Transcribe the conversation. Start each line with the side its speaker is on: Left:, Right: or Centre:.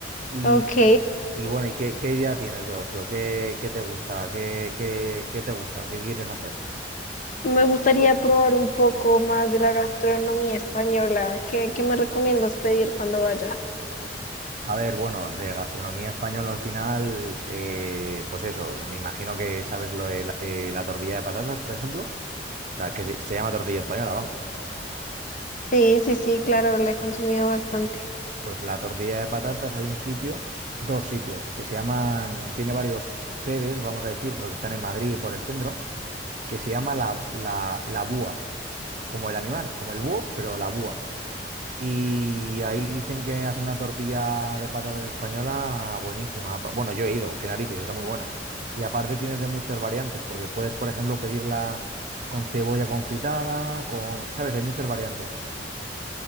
Right: Y,
Left: Ok,
Right: y- y bueno, ¿y qué, qué idea tienes de ocio? ¿Qué, qué te gusta? ¿Qué, qué- qué te gusta? ¿Qué quieres hacer?
Left: me gustaría probar un poco más de la gastronomía española. ¿Qué, qué me recomiendas pedir cuando vaya?
Right: A ver, bueno, de gastronomía española al final, eh, pues eso, me imagino que sabes lo de la, eh, la tortilla de patatas, por ejemplo, la que se, se llama tortilla española, vamos.
Left: Sí, sí, sí, claro, la he consumido bastante.
Right: Pues la tortilla de patatas hay un sitio, dos sitios, que se llaman, tiene varios sedes, vamos a decir, pero que están en Madrid y por el centro, que se llama la, la, la búa, como el animal, como el búho, pero la búa. Y ahí dicen que hace una tortilla de patatas española buenísima. Pa- Bueno, yo he ido, qué narices, está muy buena. Y aparte tienes de muchas variantes, porque puedes, por ejemplo, pedirla con cebolla confitada, con, ¿sabes? Hay muchas variantes.